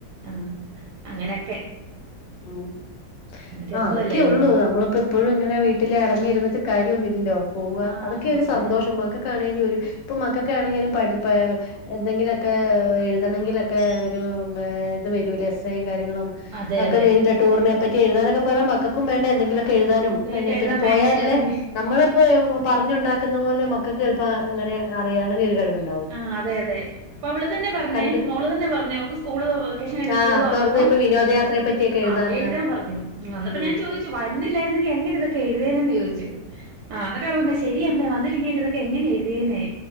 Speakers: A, on the right; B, on the left.
A: ആഹ് അങ്ങനെക്കെ
B: ഹ്മ്മ്,
A: രസവല്ലേ
B: ആഹ് അതൊക്കെ
A: അല്ലേ
B: ഒള്ളൂ നമ്മളിപ്പം എപ്പളും ഇങ്ങനെ വീട്ടില് അടങ്ങി ഇരുന്നിട്ട് കാര്യവൊന്നും മില്ലല്ലോ പോവാ
A: ആഹ്
B: അതൊക്കെ ഒരു
A: അതെ
B: സന്തോഷം അമ്മക്ക് ക്കാണെലും ഒര് ഇപ്പം മക്കക്കാണെങ്കിലും <unintelligible> പാ എന്തെങ്കിലൊക്കെ എഴുതണെങ്കിലൊക്കെ ഒരു ഏഹ് ഇത് വരൂലെ എസ്സെയും കാര്യങ്ങളും
A: അതെ
B: അതൊക്കെ
A: അതെ
B: വരില്ലേ ടൂറിന് അതിനൊക്കെ പറ്റി എഴുതാനൊക്കെ പറഞ്ഞാൽ മക്കൾക്കും വേണ്ടേ എന്തെങ്കിലൊ ക്കെ എഴുതാനും
A: എന്തേലൊക്കെ
B: അതിനെപ്പറ്റി
A: എഴുതാൻ
B: പോയാലല്ലേ
A: വേണ്ടേ അതെ
B: നമ്മളെപ്പോവാ പറഞ്ഞുണ്ടാക്ക്ന്നത് പോലെ മക്കൾക്ക് എളുപ്പാ അങ്ങനെ അറിയാം അങ്ങനെ ഒര് കഴിവുണ്ട്
A: ആഹ് അതെ അതെ, ഇപ്പ അവള് തന്നെ പറഞ്ഞേ
B: കണ്ട്
A: മോള് തന്നെ പറഞ്ഞേ ഓൾക്ക് സ്കൂള് വെക്കേ ഷൻ കഴിഞ്ഞ്
B: ആഹ്
A: സ്കൂള് തൊറന്നപ്പം
B: തുറന്ന് കഴിയുമ്പോ വിനോദയാത്രയെ പറ്റിയൊക്കെ എഴുതാൻ
A: ആഹ് എഴ്താൻ പറഞ്ഞു അന്നപ്പം
B: ഉം
A: ഞാൻ ചോദി ച്ചു വരുന്ന്ല്ലായിരുന്നെങ്കി എങ്ങനെ ഇതൊക്കെ എഴുതേനേന്ന് ചോദിച്ചു, ആഹ് അന്നട്ട് അവള് പറഞ്ഞു ശെ ശെരി അമ്മേ വന്നില്ലെങ്കിൽ ഇതൊക്കെ എങ്ങനെ എഴുതിയേനേ